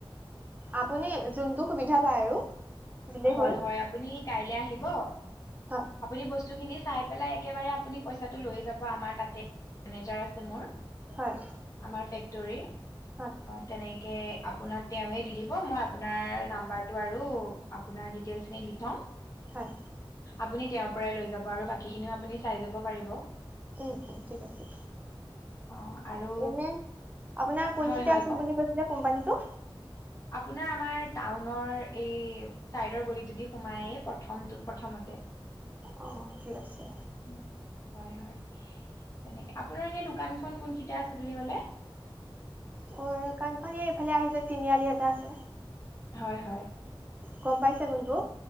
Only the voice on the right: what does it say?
আপুনি যোনটো সুবিধা পায় আৰু দিলেই
হ'ল
হয়
হয়
হয়
হয়
উম উম ঠিক আছে
এনে আপোনাৰ কোনখতে
আছিল
বুলি কৈছিলে কোম্পানীটো
অ ঠিক আছে
অ কাণখ এইফালে আহি যে তিনিআলি এটা আছে
গম পাইছে কোনটো?